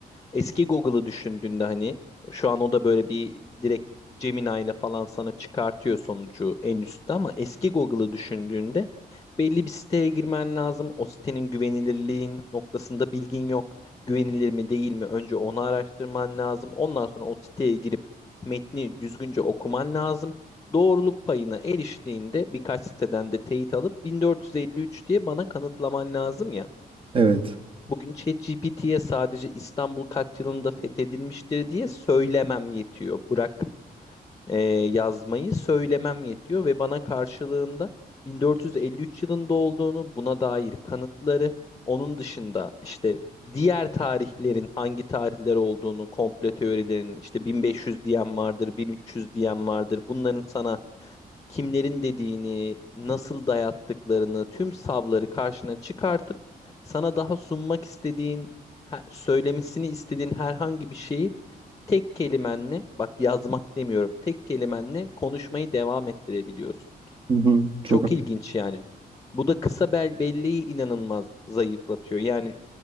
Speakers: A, on the left; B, on the right.
A: eski Google'ı düşündüğünde hani şu an o da böyle bir direkt Gemini ile falan sana çıkartıyor sonucu en üstte ama eski Google'ı düşündüğünde belli bir siteye girmen lazım. O sitenin güvenilirliğin noktasında bilgin yok. Güvenilir mi değil mi? Önce onu araştırman lazım. Ondan sonra o siteye girip metni düzgünce okuman lazım doğruluk payına eriştiğinde birkaç siteden de teyit alıp 1453 diye bana kanıtlaman lazım ya.
B: Evet.
A: Bugün ChatGPT'ye sadece İstanbul kaç yılında fethedilmiştir diye söylemem yetiyor. Bırak e, yazmayı söylemem yetiyor ve bana karşılığında 1453 yılında olduğunu, buna dair kanıtları, onun dışında işte diğer tarihlerin hangi tarihler olduğunu, komplo teorilerinin işte 1500 diyen vardır, 1300 diyen vardır. Bunların sana kimlerin dediğini, nasıl dayattıklarını, tüm savları karşına çıkartıp sana daha sunmak istediğin, he- söylemesini istediğin herhangi bir şeyi tek kelimenle, bak yazmak demiyorum, tek kelimenle konuşmayı devam ettirebiliyorsun.
B: Hı hı. Çok
A: Çok
B: ha-
A: ilginç yani. Bu da kısa bel belleği inanılmaz zayıflatıyor. Yani